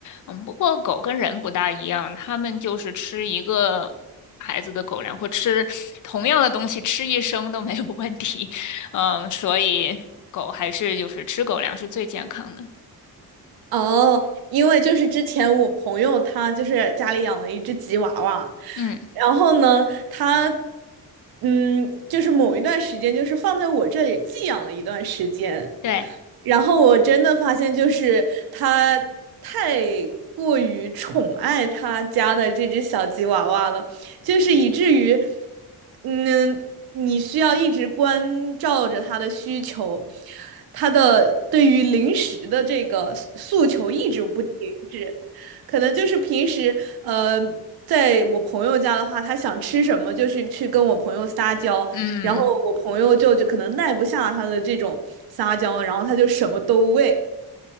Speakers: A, on the left; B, on the right.
A: 嗯，不过狗跟人不大一样，它们就是吃一个。孩子的狗粮，或吃同样的东西吃一生都没有问题。嗯，所以狗还是就是吃狗粮是最健康的。
B: 哦，因为就是之前我朋友他就是家里养了一只吉娃娃，
A: 嗯，
B: 然后呢，他嗯，就是某一段时间就是放在我这里寄养了一段时间，
A: 对，
B: 然后我真的发现就是他太过于宠爱他家的这只小吉娃娃了。就是以至于，嗯，你需要一直关照着他的需求，他的对于零食的这个诉诉求一直不停止。可能就是平时，呃，在我朋友家的话，他想吃什么，就是去跟我朋友撒娇，
A: 嗯。
B: 然后我朋友就就可能耐不下他的这种撒娇，然后他就什么都喂。